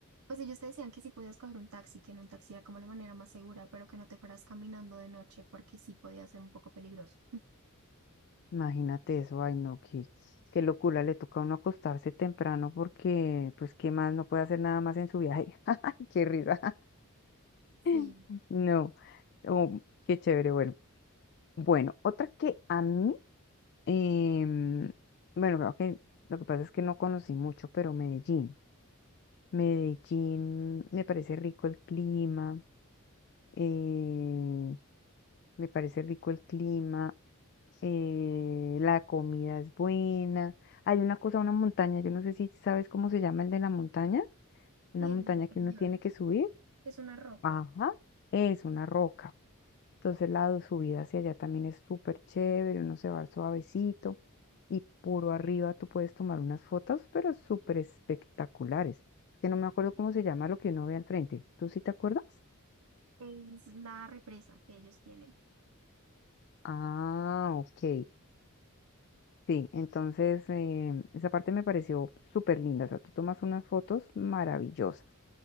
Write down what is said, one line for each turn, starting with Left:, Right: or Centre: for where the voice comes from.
Right: pues ellos te decían que sí podías coger un taxi, que en un taxi era como la manera más segura, pero que no te fueras caminando de noche porque sí podía ser un poco peligroso.
Left: Imagínate eso, ay no, qué, qué locura, le toca a uno acostarse temprano porque, pues, ¿qué más? No puede hacer nada más en su viaje. <laughs> Qué risa. <laughs>
Right: Sí.
Left: No, oh, qué chévere, bueno. Bueno, otra que a mí em, bueno, creo que lo que pasa es que no conocí mucho, pero Medellín. Medellín me parece rico el clima, eh, me parece rico el clima, eh, la comida es buena. Hay una cosa, una montaña, yo no sé si sabes cómo se llama el de la montaña, una
Right: Sí,
Left: montaña
Right: el del Peñón,
Left: que uno tiene que subir.
Right: que es una roca,
Left: Ajá, es una roca. Entonces la subida hacia allá también es súper chévere, uno se va suavecito y puro arriba tú puedes tomar unas fotos, pero súper espectaculares. Es Que no me acuerdo cómo se llama lo que uno ve al frente. ¿Tú sí te acuerdas?
Right: es la represa que ellos tienen.
Left: Ah, ok. Sí, entonces em, esa parte me pareció súper linda. O sea, tú tomas unas fotos maravillosas